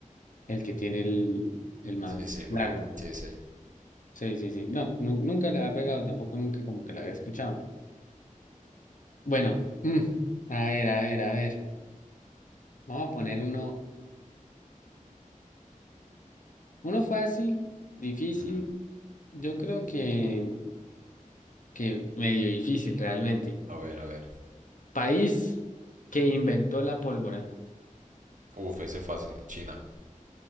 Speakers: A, on the left; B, on the right.
A: el que tiene el, el más
B: Sí, sí,
A: largo.
B: porque... Ru- Sí, sí.
A: Sí, sí, sí. No, nu- nunca la había pegado, tampoco nunca como que la había escuchado. Bueno, mm, a ver, a ver, a ver. Vamos a poner uno, uno fácil, difícil.
B: Ujú.
A: Yo creo que, que medio difícil realmente.
B: A ver, a ver.
A: País que inventó la pólvora.
B: Uf, ese es fácil. China.